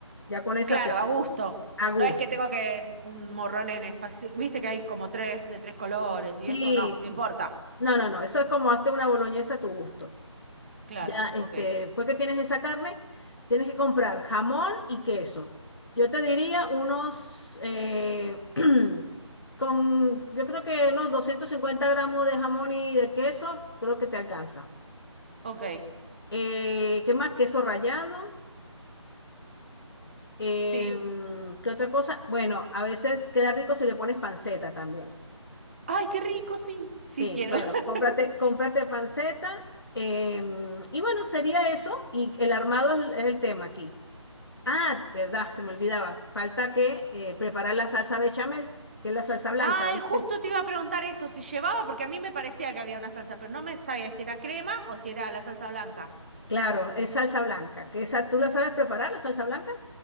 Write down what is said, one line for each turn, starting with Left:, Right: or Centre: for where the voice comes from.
Left: Ya con esa
Right: Claro,
Left: te sirve.
Right: a gusto.
Left: a gusto.
Right: No es que tengo que un morrón en espacio. Viste que hay como tres de tres colores y
Left: Sí,
Right: eso no,
Left: sí.
Right: no importa.
Left: No, no, no, eso es como hazte una boloñesa a tu gusto.
Right: Claro,
Left: Ya, este,
Right: ok.
Left: después que tienes esa carne, tienes que comprar jamón y queso. Yo te diría unos, eh, <clears throat> con, yo creo que unos 250 gramos de jamón y de queso, creo que te alcanza.
Right: Ok,
Left: Eh, ¿qué más? Queso rallado. eh,
Right: sí.
Left: ¿qué otra cosa? Bueno, a veces queda rico si le pones panceta también.
Right: Ay, qué rico, sí.
Left: Sí,
Right: Sí quiero.
Left: bueno,
Right: <laughs>
Left: cómprate, cómprate panceta. eh, y bueno, sería eso. Y el armado es es el tema aquí. Ah, verdad, se me olvidaba. Falta que eh, preparar la salsa bechamel, que es la salsa blanca,
Right: Ah,
Left: ¿viste?
Right: eh, justo te iba a preguntar eso, si llevaba, porque a mí me parecía que había una salsa, pero no me sabía si era crema o si era la salsa blanca.
Left: Claro, es salsa blanca. Que esa, ¿tú la sabes preparar, la salsa blanca?